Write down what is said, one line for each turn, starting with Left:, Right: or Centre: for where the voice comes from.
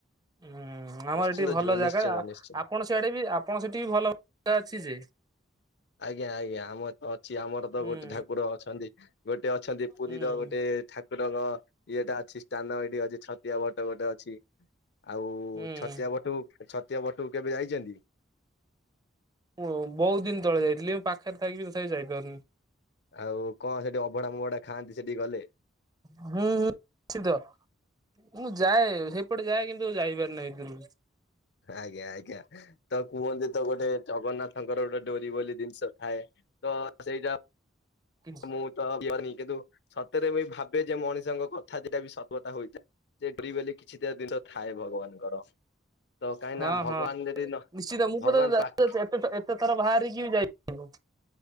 Right: ହୁଁ ଆମର
Left: ନିଶ୍ଚିନ୍ତ
Right: ଏଠି ଭଲ
Left: ଯିବା
Right: ଜାଗା।
Left: ନିଶ୍ଚିନ୍ତ
Right: ଆ
Left: ନିଶ୍ଚିନ୍ତ
Right: ଆପଣ ସେଇଆଡ଼େ ବି ଆପଣ ସେଠି ବି ଭଲ <unintelligible> ଜାଗା ଅଛି ଯେ।
Left: ଆଜ୍ଞା ଆଜ୍ଞା ଆମର ତ ଅଛି ଆମର ତ
Right: ହୁଁ
Left: ଗୋଟେ ଠାକୁର ଅଛନ୍ତି ଗୋଟେ ଅଛନ୍ତି ପୁରୀର
Right: ହୁଁ
Left: ଗୋଟେ ଠାକୁରଙ୍କ ଇଏଟା ଅଛି ସ୍ଥାନ ଏଇଠି ଅ ଯେ ଛତିଆ ବଟ ଗୋଟେ ଅଛି। ଆଉ-ଉ-ଉ-ଉ
Right: ହୁଁ
Left: ଛତିଆ ବଟକୁ ଛତିଆ ବଟ କୁ କେବେ ଯାଇଛନ୍ତି?
Right: ହଁ ବହୁତ ଦିନ ତଳେ ଯାଇଥିଲି। ଏବେ ପାଖରେ ଥାଇକି ବି ତଥାପି ଯାଇ ପାରୁନି।
Left: ଆଉ କଣ ସେଠି ଅଭଡ଼ା ମଭଡ଼ା ଖାଆନ୍ତି ସେଠିକି ଗଲେ?
Right: ହୁଁ ହୁ ନିଶ୍ଚିତ। ମୁଁ ଯାଏ ସେଇପଟେ ଯାଏ କିନ୍ତୁ ଯାଇ ପାରେନି ଭିତରକୁ।
Left: ଆଜ୍ଞା ଆଜ୍ଞା ତ କୁହନ୍ତି ତ ଗୋଟେ ଜଗନ୍ନାଥଙ୍କର ଗୋଟେ ଡୋରି ବୋଲି ଜିନିଷ ଥାଏ ତ ସେଇଟା
Right: ହୁଁ
Left: ମୁଁ ତ କରିନି କିନ୍ତୁ ସତରେ ବି ଭାବେ ଯେ ମଣିଷଙ୍କ କଥା ଦିଟା ବି ସତ କଥା ହୋଇଥଏ। ଯେ ଡୋରି ବୋଲି କିଛି ତ ଜିନିଷ ଥାଏ ଭଗବାନଙ୍କର। ତ କାହିଁକି
Right: ହଁ
Left: ନା ଭଗବାନ
Right: ହଁ
Left: ଯଦି ନ
Right: ନିଶ୍ଚିତ ମୁଁ ପରା
Left: ଭଗବାନ ପାଖରେ
Right: ଏତେ ଏତେ ଥର ବାହାରିକି ବି ଯାଇପାରୁନି।